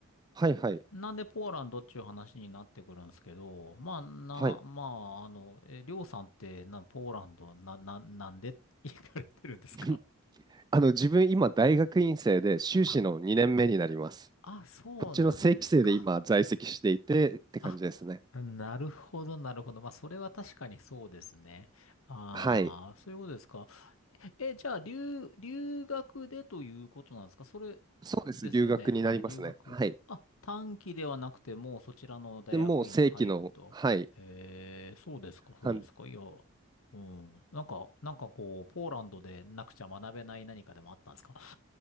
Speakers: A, on the right; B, on the left.
A: はいはい。
B: なんでポーランドっていう話になってくるんですけど、まあ、な、
A: はい。
B: まあ、あの、え、りょうさんってな、ポーランド、な、な、なんで行かれてるんですか
A: <laughs> あの、自分今大学院生で修士の2年目になります。
B: <laughs> あ、あ、そうなんですか。
A: こっちの正規生で今在籍していてって感じですね。
B: あなるほど、なるほど。まあ、それは確かにそうですね。ああ、
A: はい。
B: そういうことですか。え、じゃあ、留、留学でということなんですかそれ
A: そうです。
B: ですよね。
A: 留学になりますね。
B: はい、留学。
A: はい。
B: あ、短期ではなくて、もうそちらの大学院に入ると。
A: でもう正規の、はい、
B: へえ、そうですか、そうですか。
A: あの、
B: いや、うん。なんか、なんかこう、ポーランドでなくちゃ学べない何かでもあったんですか